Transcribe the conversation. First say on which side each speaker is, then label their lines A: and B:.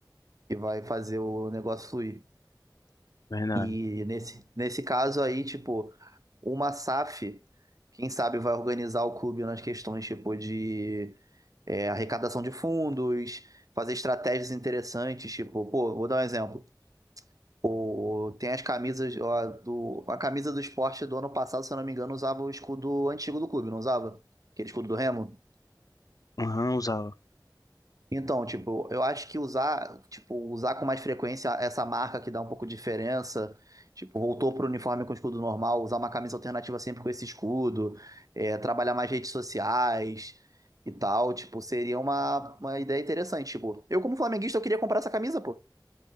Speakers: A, on the right (about 50°); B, on the left (about 55°).
A: que vai fazer o negócio fluir.
B: Verdade.
A: E nesse, nesse caso aí, tipo, uma SAF, quem sabe vai organizar o clube nas questões, tipo, de é, arrecadação de fundos, fazer estratégias interessantes, tipo, pô, vou dar um exemplo. O- tem as camisas, ó, do, a camisa do esporte do ano passado, se eu não me engano, usava o escudo antigo do clube, não usava? Aquele escudo do Remo?
B: Aham, usava.
A: Então, tipo, eu acho que usar, tipo, usar com mais frequência essa marca que dá um pouco de diferença, tipo, voltou pro uniforme com escudo normal, usar uma camisa alternativa sempre com esse escudo, é, trabalhar mais redes sociais e tal, tipo, seria uma, uma ideia interessante, tipo, eu como flamenguista eu queria comprar essa camisa, pô,